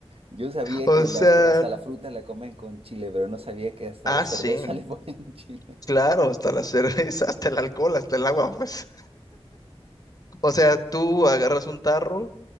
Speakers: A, on the right (about 65°); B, on the left (about 35°).
A: Yo sabía
B: O
A: que
B: sea,
A: la, fr- hasta la fruta la comen con chile, pero no sabía que hasta
B: ah,
A: la cerveza
B: sí,
A: <laughs> le ponen chile.
B: claro, hasta la cerveza, hasta el alcohol, hasta el agua, pues. O sea, tú agarras un tarro